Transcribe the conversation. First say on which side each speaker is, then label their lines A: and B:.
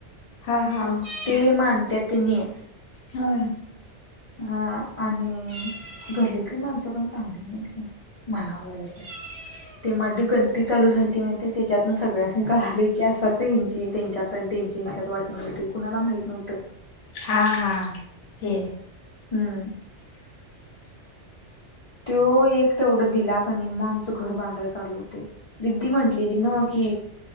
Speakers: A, on the left (about 80°); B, on the left (about 40°).
A: हा हा
B: ते मानत तिने
A: हा
B: हा आणि घल्लीतली माणसं पण चांगली नाही मनावालाग ते म गंती चालू झालती मा त्याच्यातन सगळ्यांसनी कळाले की असंच हची त्यांच्यात त्यांच्या इंच्याात वाटणी ते कुणाला माहित नव्हतं
A: हां हां हे
B: हम्म तो एक तेवढं दिला क नाही मग आमचं घर बांधाय चालू होते दििदी म्हंटलेली ना म कि